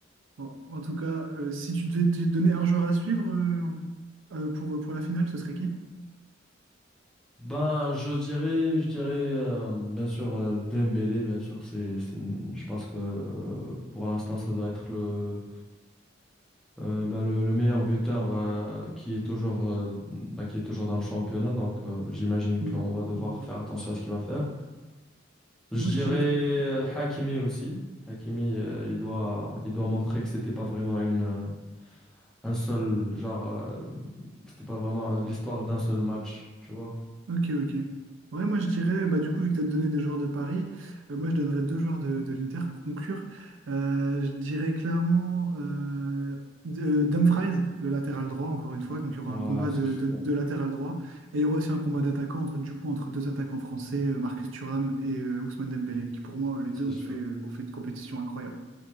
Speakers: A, on the right; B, in the centre.
A: Bon, en tout cas, euh, si tu devais te donner un joueur à suivre euh, euh, pour, pour la finale, ce serait qui?
B: Ben, je dirais, je dirais, euh, bien sûr, euh, Dembélé, bien sûr, c'est, c'est- je pense que euh, pour l'instant, ça doit être le, euh, ben, le, le meilleur buteur euh, qui est toujours, euh, ben, qui est toujours dans le championnat. Donc, euh, j'imagine
A: Mm,
B: qu'on
A: mm,
B: va devoir
A: mm, mm.
B: faire attention à ce qu'il va faire. Je
A: Moi,
B: dirais
A: je dirais
B: euh, Hakimi aussi. Hakimi, euh, il doit, il doit montrer que c'était pas vraiment une, euh, un seul, genre, euh, c'était pas vraiment l'histoire d'un seul match, tu vois.
A: Ok, ok. Ouais, moi je dirais, bah, du coup, vu que tu as donné des joueurs de Paris, euh, moi je donnerais deux joueurs de, de l'Inter pour conclure. Euh, je dirais clairement euh, de- euh, Dumfries, le latéral droit, encore une fois. Donc il y aura
B: Ouais,
A: un combat
B: c'est
A: de,
B: sûr.
A: de- de latéral droit et il y aura aussi un combat d'attaquants entre, du coup, entre deux attaquants français, euh, Marcus Thuram et euh, Ousmane Dembélé, qui pour moi, les deux
B: C'est
A: ont
B: sûr.
A: fait, euh, ont fait une compétition incroyable.